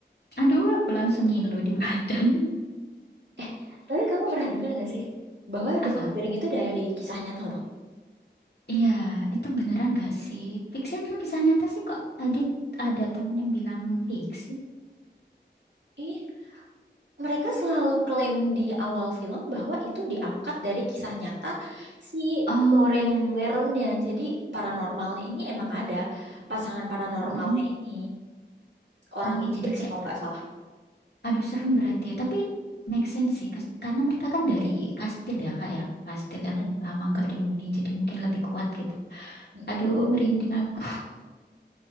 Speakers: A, on the left; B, on the right.
A: Aduh, aku langsung ngilu di <laughs> badan.
B: eh tapi kamu pernah dengar gak sih bahwa
A: Apa?
B: The Conjuring itu dari kisah nyata loh
A: Iya, itu beneran gak sih? Fiksi itu kisah nyata sih kok. Tadi ada temen yang bilang fiksi.
B: Ih, mereka selalu klaim di awal film bahwa itu diangkat dari kisah nyata si
A: Oh,
B: Lorraine
A: man.
B: Warren-nya. Jadi paranormalnya ini emang ada pasangan paranormalnya
A: Mm-mm.
B: ini orang
A: Oh,
B: Inggris
A: jadi kayak
B: kalau nggak salah.
A: Aduh, serem berarti ya. Tapi make sense sih, kas- karena mereka kan dari kastil ya, Kak ya. Kastil yang
B: Mm.
A: lama nggak dihuni, jadi mungkin lebih kuat gitu.
B: Mm-mm.
A: Aduh, merinding aku.